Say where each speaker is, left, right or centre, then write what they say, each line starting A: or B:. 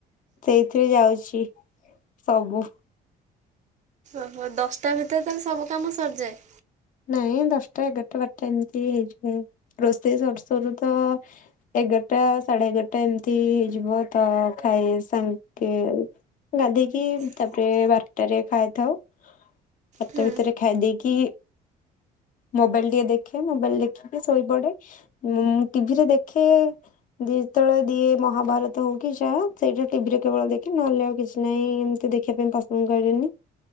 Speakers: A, on the left (about 50°); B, on the right (about 45°).
A: ସେଇଥିରେ ଯାଉଛି ସବୁ।
B: ଓହୋ ଦଶଟା ଭିତରେ ତାଲେ ସବୁ କାମ ସରିଯାଏ?
A: ନାଇଁ ଦଶଟା ଏଗାରଟା ବାରଟା ଏମିତି ହେଇଯିବ। ରୋଷେଇ ସରୁ ସରୁ ତ ଏଗାରଟା ସାଢେ ଏଗାରଟା ଏମିତି ହେଇଯିବ ତ ଖାଇ ସାଙ୍ଗେ ଗାଧେଇକି ତାପରେ ବାରଟାରେ ଖାଇଥାଉ। ବାରେଟା
B: ହୁଁ
A: ଭିତରେ ଖାଇ ଦେଇେଇକି ମୋବାଇଲ ଟିକେ ଦେଖେ ମୋବାଇଲ ଦେଖିକି ଶୋଇପଡେ ଟିଭିରେ ଦେଖେ ଯେତେବେଳେ ଦିଏ ମହାଭାରତ ହଉ କି ଯାହା ସେଇଟା ଟିଭିରେ କେବଳ ଦେଖି ନହେଲେ ଆଉ କିଛି ନାହିଁ ତେ ଦେଖିବା ପାଇଁ ପସନ୍ଦ କରେନି